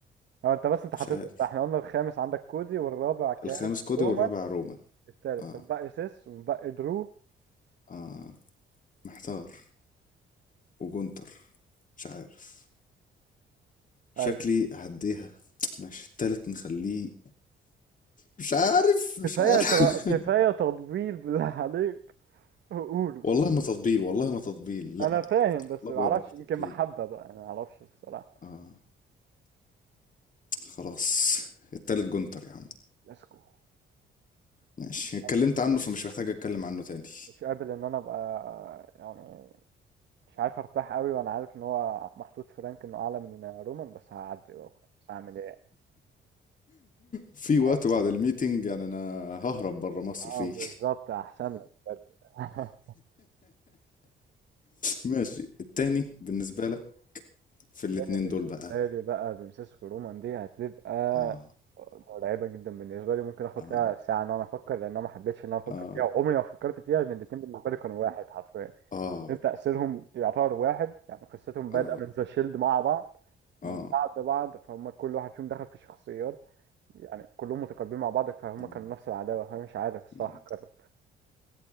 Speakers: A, on the right; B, on the left.
A: هو أنت بس أنت
B: مش
A: حطيت
B: عارف
A: أنت- إحنا قلنا الخامس عندك كودي والرابع كان
B: الخامس كودي
A: رومان
B: والرابع رومان
A: التالت
B: اه
A: طب باقي سيس وباقي درو
B: اه محتار وجونتر مش عارف شكلي
A: أيوة
B: هديها ماشي التالت نخليه مش عارف مش
A: كفاية
B: عارف
A: تر... كفاية تطبيل بالله عليك وقوله
B: <laughs> والله ما تطبيل والله ما تطبيل لا
A: أنا فاهم بس
B: والله
A: معرفش
B: بجد مش
A: يمكن
B: تطبيل
A: محبة بقى أنا معرفش الصراحة
B: اه خلاص التالت جونتر يا عم
A: لاسكو
B: ماشي اتكلمت
A: أنا
B: عنه فمش محتاج اتكلم عنه تاني
A: مش قابل ان انا ابقى يعني مش عارف ارتاح قوي وانا عارف ان هو محطوط فرانك انه اعلى من رومان بس هعدي بقى بس هعمل ايه
B: في وقت
A: ه-
B: بعد الميتنج يعني انا ههرب بره مصر
A: اه
B: فيه
A: بالظبط احسن لك بجد <laughs>
B: ماشي التاني بالنسبة لك في الاتنين
A: يعني
B: دول
A: بالنسبه
B: بقى
A: لي بقى بنسيس ورومان دي هتبقى
B: اه
A: مرعبه جدا بالنسبه لي ممكن اخد
B: اه
A: فيها ساعه ان انا افكر لان انا ما حبيتش ان انا افكر
B: اه
A: فيها وعمري ما فكرت فيها لان الاثنين بالنسبه لي كانوا واحد حرفيا
B: اه
A: لأن تاثيرهم يعتبر واحد يعني قصتهم بادئه
B: اه
A: من ذا شيلد مع بعض
B: اه
A: من بعض بعض فهم كل واحد فيهم دخل في شخصيات يعني كلهم متقاربين مع بعض فهم
B: مم،
A: كانوا نفس العداوة أنا مش عارف الصراحة
B: مم.
A: أكرر